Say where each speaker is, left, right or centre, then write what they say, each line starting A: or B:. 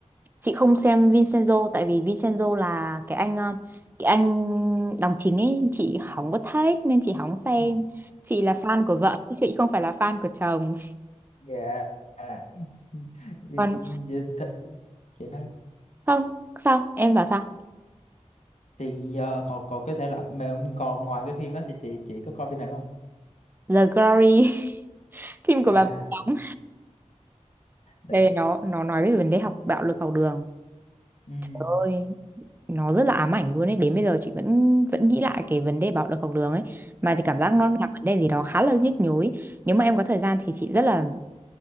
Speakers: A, on the right (about 15°); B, on the left (about 70°).
A: chị không xem Vincenzo tại vì Vincenzo là cái anh ờ, cái anh đóng chính ấy chị không có thích nên chị không xem
B: Ừ.
A: chị là fan của vợ chứ chị không phải là fan của chồng
B: dạ à, <laughs> dạ,
A: còn
B: dạ, th- chị nói
A: không sao em bảo sao
B: thì ờ, còn còn cái thể loại mà còn ngoài cái phim đó thì chị chị có coi phim nào đúng không
A: The Glory <laughs> phim của
B: à
A: bà Vĩ đóng
B: được
A: đây nó nó nói về vấn đề học bạo lực học đường
B: ừ.
A: Trời ơi nó rất là ám ảnh luôn ấy đến bây giờ chị vẫn vẫn nghĩ lại cái vấn đề bạo lực học đường ấy mà chị cảm giác nó là vấn đề gì đó khá là nhức nhối nếu mà em có thời gian thì chị rất là